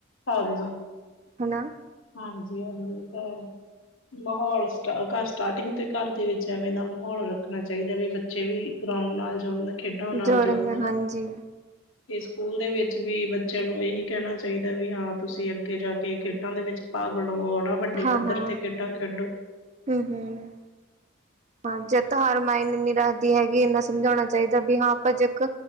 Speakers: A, on the left (about 70°); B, on the right (about 35°).
A: ਹਾਂਜੀ,
B: ਹਨਾ। ਹੂੰ।
A: ਹਾਂਜੀ, ਹਾਂਜੀ ਏ ਤਾਂ ਹੈ। ਮਹੌਲ ਸਟਾ ਕਾ ਸਟਾਰਟਿੰਗ ਤੋਂ ਈ ਘਾਰ ਦੇ ਵਿੱਚ ਐਵੇਂ ਦਾ ਮਹੌਲ ਰੱਖਨਾ ਚਾਈਦੈ ਵੀ ਬੱ ਬੱਚੇ ਵੀ ਗਰਾਊਂਡ ਨਾਲ ਜੁੜਨ, ਖੇਡਾਂ ਨਾਲ
B: ਜੋੜਨ
A: ਜੁੜਨ, ਹਨਾ
B: ਹਾਂਜੀ
A: ਤੇ ਸੂਕੂਲ ਦੇ ਵੇੱਚ ਵੀ ਬੱਚੇ ਨੂੰ ਏਹੀ ਕੈਣਾ ਚਾਈਦਾ ਏ ਵੀ ਹਾਂ ਤੂਸੀ ਅੱਗੇ ਜਾ ਕੇ ਖੇਡਾਂ ਦੇ ਵਿੱਚ ਭਾਗ ਲਵੋ ਹਣਾ, ਵੱਡ ਵੱਡੇ
B: ਹਾਂ-ਹਾਂ
A: ਪੱਧਰ ਤੇ ਖੇਡਾਂ ਖੇਡੋ।
B: ਹੂੰ-ਹੂੰ। ਹਾਂ, ਜਿੱਤ-ਹਾਰ ਮਾਈਨੇ ਨੀ ਰੱਖਦੀ ਹੈਗੀ, ਏੱਨਾ ਸਮਝੌਣਾ ਚਾਈਦੈ ਵੀ ਹਾਂ ਆਪਾਂ ਜੇਕ